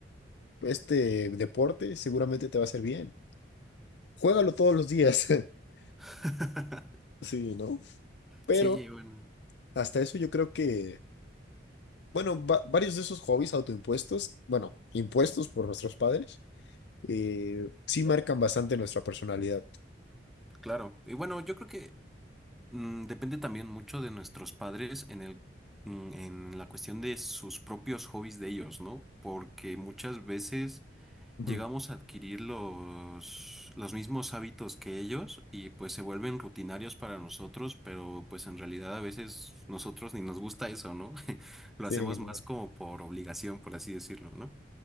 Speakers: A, on the left (about 65°); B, in the centre.
A: este deporte seguramente te va a hacer bien. Juégalo todos los días. <laughs>
B: <laughs>
A: Sí, ¿no? Pero
B: Sí, bueno,
A: hasta eso yo creo que, bueno, va- varios de esos hobbies autoimpuestos, bueno, impuestos por nuestros padres, eh, sí marcan bastante nuestra personalidad.
B: claro. Y bueno, yo creo que mm, depende también mucho de nuestros padres en el, mm, en la cuestión de sus propios hobbies de ellos, ¿no? Porque muchas veces
A: Ujú.
B: llegamos a adquirir los, los mismos hábitos que ellos y pues se vuelven rutinarios para nosotros, pero pues en realidad a veces nosotros ni nos gusta eso, ¿no? <laughs> Lo
A: Sí,
B: hacemos
A: ¿no?
B: más como por obligación, por así decirlo, ¿no?